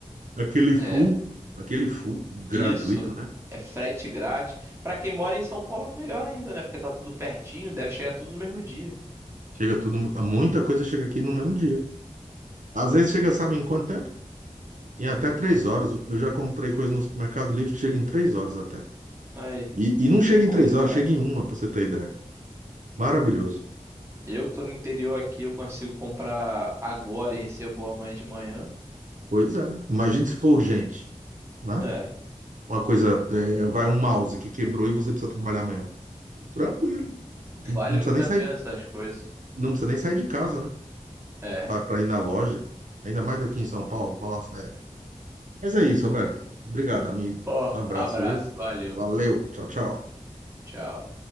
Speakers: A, on the right; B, on the right.
A: Aquele full,
B: É,
A: aquele full gratuito,
B: isso.
A: né?
B: É frete grátis. Pra quem mora em São Paulo, é melhor ainda, né? Porque tá tudo pertinho, deve chegar tudo no mesmo dia.
A: Chega tudo, muita coisa chega aqui no mesmo dia. Às vezes chega, sabe, em quanto tempo? Em até três horas. Eu já comprei coisa no Mercado Livre que chega em três horas até.
B: Aí,
A: E, e não chega
B: bom
A: em três
B: demais.
A: horas, chega em uma, pra você ter ideia. Maravilhoso.
B: Eu que tô no interior aqui, eu consigo comprar agora e recebo amanhã de manhã.
A: Pois é. Imagine se for urgente, né?
B: É.
A: Uma coisa, é, vai um mouse que quebrou e você precisa trabalhar amanhã. Tranquilo.
B: Vale
A: Não não
B: muito
A: precisa nem
B: a
A: sair,
B: pena essas coisas.
A: não precisa nem sair de casa, né?
B: É.
A: para ir na loja, ainda mais aqui em São Paulo, falar sério. Mas é isso, Roberto. Obrigado, amigo.
B: Ó,
A: Um abraço,
B: abraço,
A: viu?
B: valeu.
A: Valeu, tchau, tchau.
B: Tchau.